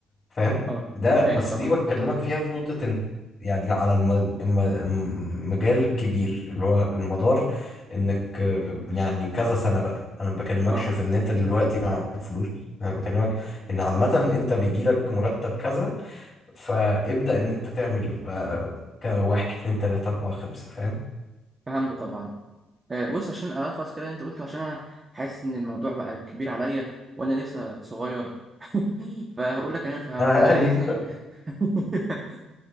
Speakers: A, on the left (about 25°); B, on the right (about 15°).
A: فاهم
B: أه
A: ده
B: فاهم
A: بس
B: طبعا
A: دي بكلمك فيها في نقطة ان يعني على الم- الم- المجال الكبير اللي هو المدار انك آه، يعني كذا سنة بقى انا ما بكلمكش
B: أه
A: في ان انت دلوقتي معاك فلوس انا بكلمك ان عامة انت بيجيلك مرتب كذا فابدأ ان انت تعمل بقى كواحد اتنين تلاتة اربعة خمسة فاهم
B: فهمت طبعا آه، بص عشان ألخص كده أنت قلته عشان أنا حاسس إن الموضوع بقى كبير عليا وأنا لسه صغير <laughs> فهقول لك إن أنا فهمته
A: آه،
B: أنت
A: ايوه
B: عايزني <laughs>